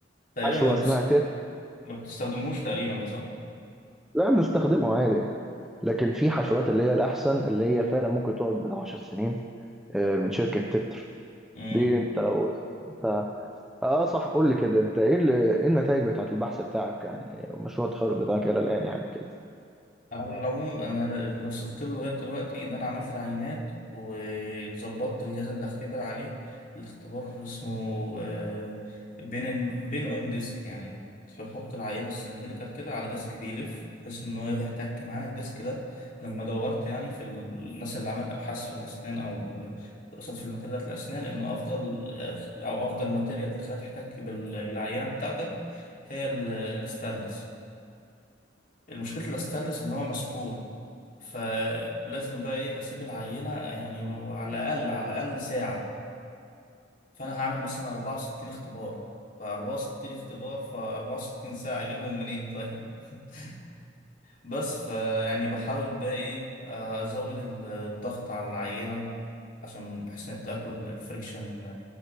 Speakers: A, on the left; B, in the centre.
A: تقريبا
B: حشوه
A: ما,
B: اسمها
A: بس...
B: تيت
A: ما بتستخدمهوش تقريبا ده صح
B: لا بنستخدمه عادي لكن في حشوات اللي هي الأحسن اللي هي فعلا ممكن تقعد بالعشر سنين آه، من شركة تتر
A: امم
B: دي انت لو انت اه صح قول لي كده انت ايه اللي ايه النتائج بتاعت البحث بتاعك يعني ومشروع التخرج بتاعك الى الآن يعني كده
A: على العموم انا اللي وصلت له لغايه دلوقتي ان انا عملت العينات وظبطت الجهاز اللي هختبر عليه الاختبار اسمه آه، بين بين اون ديسك يعني بتحط العينه السلندريكال كده على ديسك بيلف بحيث ان هو يحتك معاه الديسك ده لما دورت يعني في الناس اللي عملت ابحاث في الاسنان او دراسات في الماتيريالات الاسنان ان افضل او افضل ماتيريال تخليها تحتك بال- بالعينه بتاعتك هي ال- الستانلس المشكله الستانلس ان هو مسكون فلازم بقى ايه اسيب العينه يعني على الاقل على الاقل ساعه فانا هعمل مثلا 64 اختبار ف 64 اختبار ف 64 ساعه اجيبهم منين طيب <laughs> بس فيعني بحاول بقى ايه ازود الضغط على العينه عشان بحيث ان تاكل الفريكشن